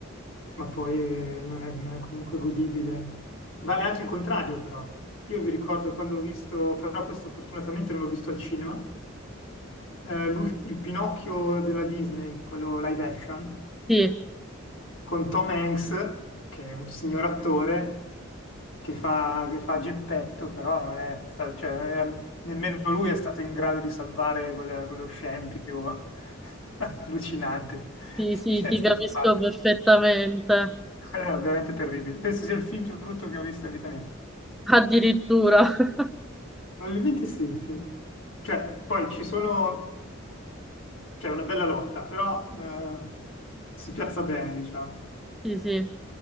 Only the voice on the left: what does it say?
ma poi eh, non è, non è comunque godibile. Vale anche il contrario, però. Io vi ricordo quando ho visto, però questo fortunatamente non l'ho visto al cinema, eh, l'ult- il Pinocchio della Disney, quello live action,
con Tom Hanks, che è un signor attore che fa, che fa Geppetto, però non è sta- cioè, non era- nemmeno lui è stato in grado di salvare quel- quello scempio <laughs> allucinante
che
è stato
fatto.
Era veramente terribile. Penso sia il film più brutto che ho visto in vita mia.
Probabilmente sì, sì. Cioè, poi ci sono, c'è una bella lotta, però eh, si piazza bene, diciamo.